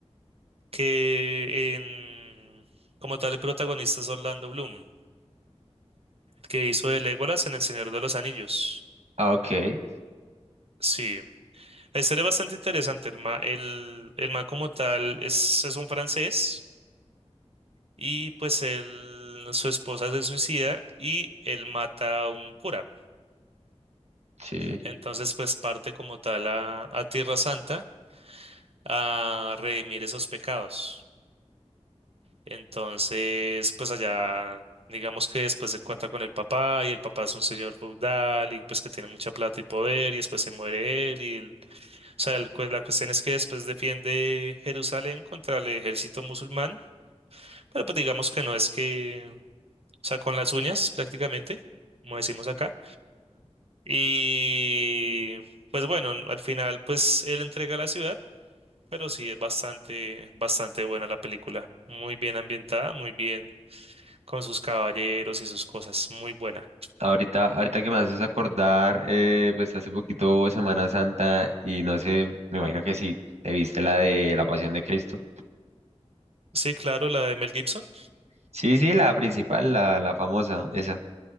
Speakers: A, on the right; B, on the right.
A: Que en, como tal el protagonista es Orlando Bloom, que hizo de Legolas en El Señor de los Anillos.
B: Ah, ok.
A: Sí, la historia es bastante interesante. El man, el, el man como tal es, es un francés y pues él, su esposa se suicida y él mata a un cura.
B: Sí.
A: Entonces pues parte como tal a, a Tierra Santa a redimir esos pecados. Entonces pues allá digamos que después se cuenta con el papá y el papá es un señor feudal y pues que tiene mucha plata y poder y después se muere él y él O sea, el cu- la cuestión es que después defiende Jerusalén contra el ejército musulmán, pero pues digamos que no es que, o sea, con las uñas prácticamente, como decimos acá. Y pues bueno, al final pues él entrega la ciudad, pero sí es bastante, bastante buena la película. Muy bien ambientada, muy bien con sus caballeros y sus cosas, muy buena.
B: Ahorita, ahorita que me haces acordar, eh, pues hace poquito hubo Semana Santa y no sé, me imagino que sí, te viste la de la Pasión de Cristo.
A: Sí, claro, la de Mel Gibson.
B: Sí, sí, la principal, la, la famosa, esa.